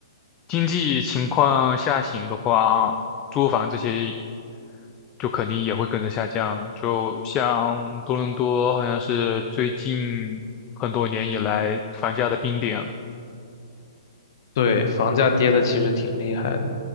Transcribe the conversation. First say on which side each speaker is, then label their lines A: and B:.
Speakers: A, on the left; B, on the left.
A: 经济情况下行的话，租房这些就肯定也会跟着下降。就像多伦多，好像是最近很多年以来房价的冰点了。
B: 对，房价跌的其实挺厉害的，